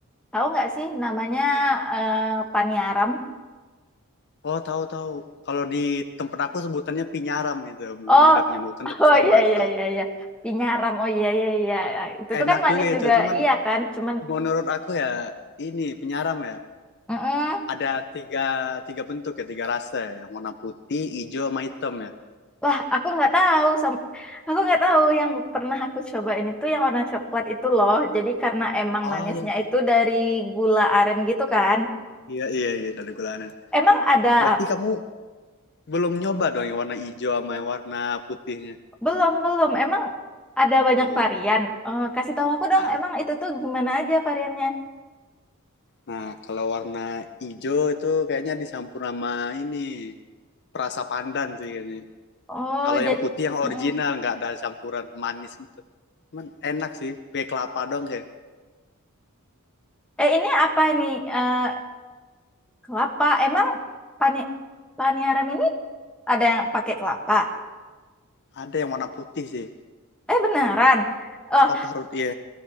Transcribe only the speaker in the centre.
tahu nggak sih namanya eh, paniaram?
Oh,
<laughs>
oh
iya iya
iya iya. Pinyaram. Oh iya iya iya. Itu tuh
kan manis
juga,
iya kan? Cuman
mm-mm.
Wah, aku nggak tahu sam- aku nggak tahu yang pernah aku cobain itu yang warna coklat itu loh. Jadi karena emang
manisnya
itu dari gula aren gitu kan.
Emang ada
apa?
Belum, belum. Emang ada banyak
varian. Eh, kasih tahu aku dong,
emang itu tuh gimana aja variannya?
Oh,
jadi
Mm-mm.
Eh, ini apa nih? Eh, kelapa. Emang pani paniharam ini ada yang pakai kelapa?
Eh, beneran. Oh,